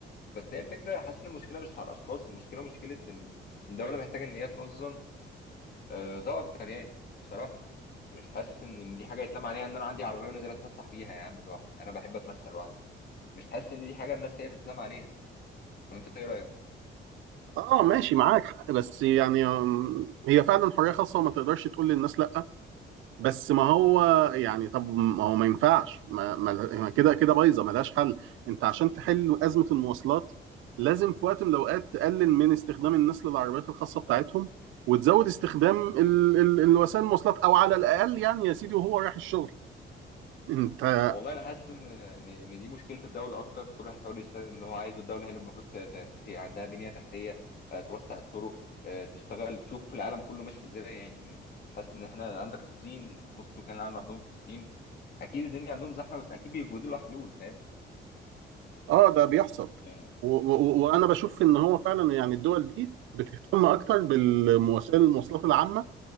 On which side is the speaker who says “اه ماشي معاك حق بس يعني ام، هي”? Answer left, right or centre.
Right